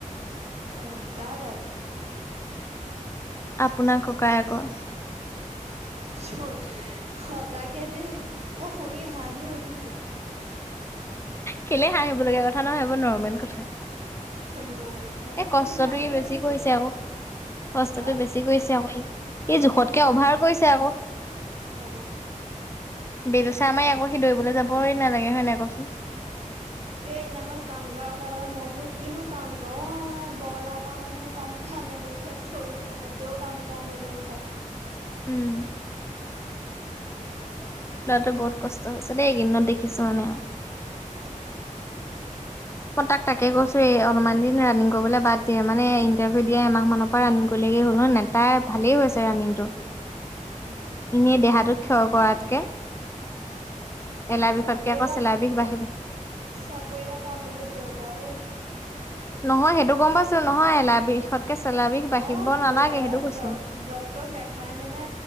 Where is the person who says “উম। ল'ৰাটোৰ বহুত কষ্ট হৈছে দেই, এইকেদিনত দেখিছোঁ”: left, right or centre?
Left